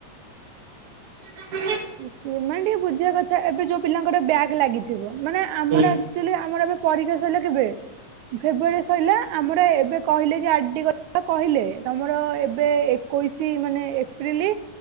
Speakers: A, on the right; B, on the right.
A: ହଁ <unintelligible>
B: ସେମାନେ ଟିକେ ବୁଝିବା କଥା ଏବେ ଯୋଉ ପିଲାଙ୍କର ବ୍ୟାଗ୍ ଲାଗିଥିବ ମାନେ ଆମରଚୁ
A: ହୁଁ
B: ଆମର ଏ ପରୀକ୍ଷା ସରିଲା କେବେ ଫେବୃଆାରୀ ସରିଲା ଆମର ଏବେ କହିଲେ ସେ କହିଲେ ତମର ଏବେ ଏ ଏକୋଇଶି ମାନେ ଏପ୍ରିଲ